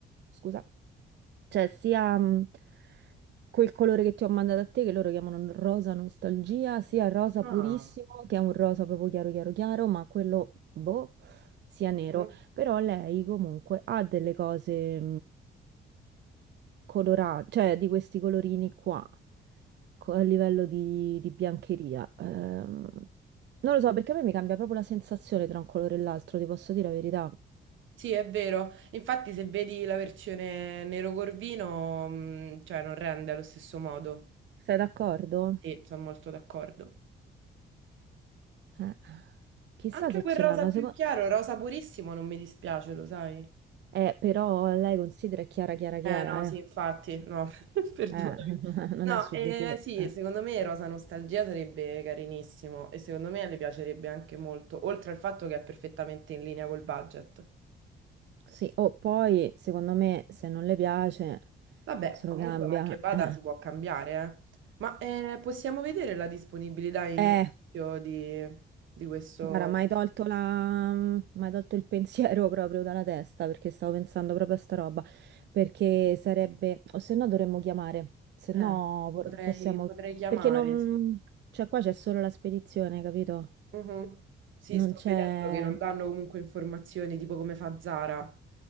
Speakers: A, on the right (about 60°); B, on the right (about 80°).
A: scusa, cioè sia... mm, quel colore che ti ho mandato a te, che loro chiamano rosa nostalgia, sia rosa
B: Ah.
A: purissimo, che è un rosa proprio chiaro, chiaro, chiaro, ma quello, boh, sia nero.
B: mhm.
A: Però lei comunque ha delle cose colorate, cioè di questi colorini qua, co- a livello di, di biancheria. Ehm, non lo so, perché a me mi cambia proprio la sensazione tra un colore e l'altro, ti posso dire la verità.
B: Sì, è vero. Infatti, se vedi la versione nero corvino, mh, cioè non rende allo stesso modo.
A: Sei d'accordo?
B: Sì, sono molto d'accordo.
A: Eh, Chissà
B: Anche
A: se
B: quel
A: ce
B: rosa
A: l'hanno,
B: più
A: secondo...
B: chiaro, rosa purissimo, non mi dispiace, lo sai?
A: Eh, però lei considera è chiara, chiara, chiara,
B: Eh no, sì,
A: eh.
B: infatti, no, <laughs> perdonami.
A: Eh, <laughs> non
B: No,
A: è su
B: eh,
A: di te.
B: sì,
A: eh.
B: secondo me Rosa Nostalgia sarebbe carinissimo e secondo me le piacerebbe anche molto, oltre al fatto che è perfettamente in linea col budget.
A: Sì, o poi, secondo me, se non le piace,
B: Vabbè,
A: se
B: comunque
A: lo cambia.
B: marche Bada
A: Eh,
B: si può cambiare, eh. Ma eh, possiamo vedere la disponibilità in
A: Eh,
B: negozio di, di questo...
A: guarda, mi hai tolto la... m'hai tolto il pensiero <laughs> proprio dalla testa, perché stavo pensando proprio a sta roba. Perché sarebbe... O se no dovremmo chiamare. Se
B: Eh,
A: no por-
B: potrei,
A: possiamo...
B: potrei chiamare,
A: Perché non...
B: sì.
A: Cioè, qua c'è solo la spedizione, capito?
B: Mhm. Sì,
A: Non
B: sto
A: c'è...
B: vedendo che non danno comunque informazioni tipo come fa Zara